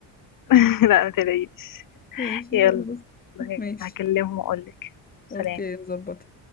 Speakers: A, on the left (about 50°); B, on the left (about 20°).
A: <laughs> لا ما تلاقيش
B: <laughs> ماشي
A: يلا
B: خلاص ماشي
A: هكلمهم واقولك سلام
B: اوكي نظبط